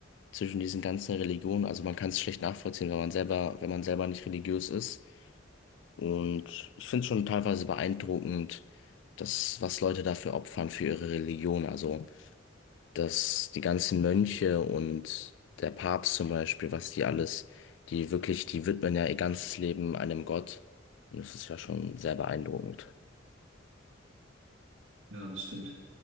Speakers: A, on the left; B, on the right.
A: zwischen diesen ganzen Religionen. Also man kann es schlecht nachvollziehen, wenn man selber, wenn man selber nicht religiös ist. Und ich finde es schon teilweise beeindruckend, dass, was Leute dafür opfern für ihre Religion. Also, dass die ganzen Mönche und der Papst zum Beispiel, was die alles, die wirklich, die widmen ja ihr ganzes Leben einem Gott. Und das ist ja schon sehr beeindruckend.
B: Ja, das stimmt.